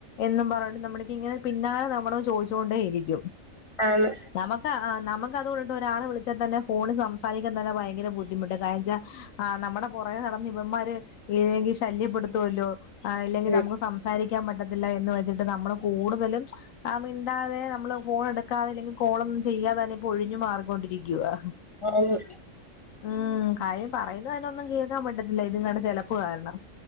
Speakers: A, on the left; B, on the left.
A: എന്നും പറഞ്ഞണ്ട് നമ്മക്ക് ഇങ്ങനെ പിന്നാലെ നമ്മള ചോദിച്ചോണ്ടേ ഇരിക്കും
B: ആണ്
A: നമക്ക് ആ് നമുക്കതുകൊണ്ടിട്ട ഒരാളെ വിളിച്ചാൽതന്നെ ഫോണിൽ സംസാരിക്കാൻ തന്നെ ഭയങ്കര ബുദ്ധിമുട്ട് എന്താന്ന് വെച്ച നമ്മുടെ കുറേ നടന്ന ഇവന്മാര് ഏ ശല്യപ്പെടുത്തുമല്ലോല്ലെങ്കിൽ
B: ഉം
A: നമു സംസാരിക്ക ൻ പറ്റത്തില്ല എന്ന് വെച്ചിട്ട് നമ്മള് കൂടുതലും മിണ്ടാതെ നമ്മള് ഫോൺ എടുക്കാതെ അല്ലെങ്കിൽ കോള ചെയ്യാതന്നെപ്പോ ഒഴിഞ്ഞു മാർക്കൊണ്ടിരിക്കവാ
B: ആന്ന്
A: ഉം കായം പറയുന്നത് അതിനെ ഒന്നും കേൾക്കാൻ പറ്റത്തില്ല ഇത കാണ് ചിലപ്പ് കാരണം